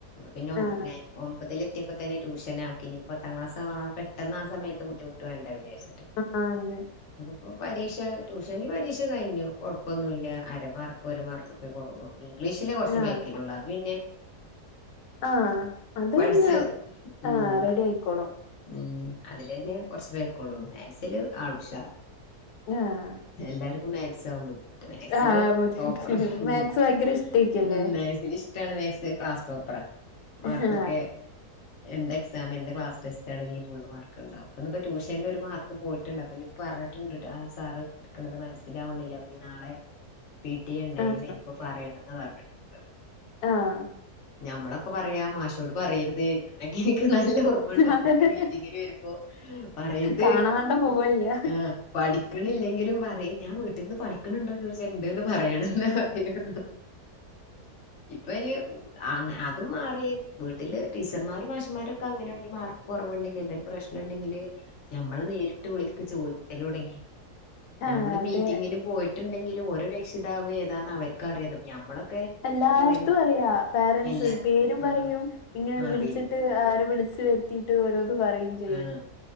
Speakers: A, on the left (about 55°); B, on the left (about 80°).
A: പിന്നെ ഒംബ
B: ആഹ്
A: - ഒമ്പതിലെത്തിയപ്പോ തന്നെ ട്യൂഷനാക്കി ഇനി പത്താം ക്ലാസാവാണ് പെട്ടെന്ന് ആ സമയത്ത് ബുദ്ധിമുട്ട് വേണ്ടന്ന് വിചാച്ചിട്ട്
B: ആ അതെ
A: അപ്പപ്പോ പരീക്ഷ ട്യൂഷനിൽ പരീക്ഷ കഴിഞ്ഞു കൊഴപ്പൊന്നുല്ല അരമാർക്ക് ഒര് മാർക്ക് കുറവുള്ളു ഇംഗ്ലീഷിലേ കുറച്ച്
B: ആഹ്
A: ബേക്കിലുള്ളൂ അത് പിന്നെ
B: ആ അത്
A: പഠിച്ച്
B: പിന്നാ
A: ഉം
B: ആ റെഡിയായിക്കോളും
A: ഉം അതിലന്നെ കൊറച്ചു ബേക്കൊള്ളൂ മാത്സില് ആൾ ഉഷാറാ
B: ആഹ്
A: എല്ലാര്ക്കും മാക്സ് ആവും ബുദ്ധിമുട്ട് മാത്സില്
B: ആഹ് ബുദ്ധിമുട്ടില്ല
A: ടോപ്പറാ മ്മ്
B: മാത്സ് ഭയങ്കര ഇഷ്ടായിരിക്കല്ലേ
A: മ്മ് മാത്സ <unintelligible> <unintelligible> മാത്സ് ക്ലാസ് ടോപ്പറാ മാർക്കൊക്കെ
B: ആഹ്
A: എന്ത് എക്സാം എന്ത് ക്ലാസ് ടെസ്റ്റാണെങ്കിലും ഫുൾ മാർക്ക്ണ്ടാവും ന്ന്പ്പോ ട്യൂഷനിലൊര് മാർക്ക് പോയി ഇട്ടുണ്ട് അപ്പ ഇനിപ്പൊ പ്പപറഞ്ഞിട്ടുണ്ട് ആ സാറ് എടുക്കണത് മനസ്സിലാവ്ണില്ല അപ്പൊനി നാളെ- പി ട്ടി എ ണ്ട് അയിന്
B: ആഹ്
A: വരുമ്പോ പറയണന്ന് പറഞ്ഞിട്ട്ണ്ട്
B: ആഹ്
A: ഞമ്മളൊക്കെ പറയാ മാഷോട് പറയരുതേ ഞാ- അതെക്കെനിക്ക് നല്ല ഓർമ്മണ്ട് ഉമ്മൊക്കെ
B: അതന്നെ
A: മീറ്റിങ്ങിന് വെരുമ്പോ പറയര്ത്
B: കാണാണ്ട പോവയ്യ
A: ആഹ് പഠിക്ക്ണില്ലെങ്കിലും പറിം ഞാ വീട്ട്ന്ന് പഠിക്ക്ണ് ണ്ടോ ചോയ്ച്ചാ ഇണ്ട്ന്ന് പറയണം ണ്ടെന്നെ പറിയൊള്ളു ഇപ്പയിന് അങ അതും മാറി വീട്ടില് ടീച്ചർമാരും മാശൊമ്മാരൊക്കെ അങ്ങനെണ്ടൊരു മാർക്ക് കൊറവ്ണ്ടെങ്കി എന്തേലും പ്രശ്ന ണ്ടെങ്കില് ഞമ്മള് നേരിട്ട് വിളിക്ക് ചോയ്ക്കലൊട്ങ്ങി
B: ആഹ്
A: ഞമ്മള്
B: അതെ
A: മീറ്റിങ്ങിന് പോയിട്ട്ണ്ടെങ്കില് ഓരോ രക്ഷിതാവും ഏതാന്ന് അവർക്കറിയാ ഞമ്മളൊക്കെ
B: എല്ലാര്തും
A: പോയി
B: അറിയാ പേരൻസ്
A: അല്ല
B: പേരും
A: ആ
B: പറിയും ഇങ്ങെനെ
A: ആ
B: വിളിച്ചിട്ട്
A: പിന്നെ
B: അവരെ വിളിച്ച് വെര് ത്തിയിട്ട് ഓരോന്ന് പറയും ചെയ്യും
A: ആ